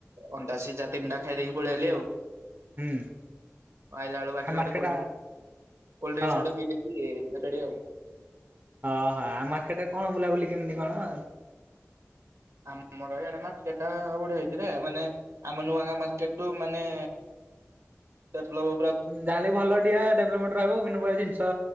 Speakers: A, on the right; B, on the right.
A: ଅଣ୍ଡା ସିଜା ତିନଟା ଖାଇ ଦେଇକି ପଳେଇଲି ଆଉ
B: ହୁଁ।
A: ଆଇଲା ଡୁ ବାଟରେ
B: ଆଉ
A: ଗୋଟେ
B: ମାର୍କେଟ
A: କୋଲ୍ ଡି କୋଲ୍ଡ୍ରୀଙ୍କସ
B: ହଁ
A: ଗୋଟେ ପିଇଥିଲି ସେଇଠି ଆଉ
B: ଓହୋ ଆଉ ମାର୍କେଟରେ କଣ ବୁଲାବୁଲି କେମିତି କଣ?
A: ଆମର ଏଇଆଡ଼େ ମାରକେଟ ଗୋଡେ ହେଇଛି ମାନେ ଆମ ନୂଆଙ୍ଗା ମାର୍କେଟୁ ମାନେ ଡେବଲବ
B: ଯାହା ଲେ ବି ଭଲ ଟିଏ ଡେଭଲପମେଣ୍ଟ ରହିବ ବିଭିନ୍ନ ପ୍ରକାର ଜିନିଷ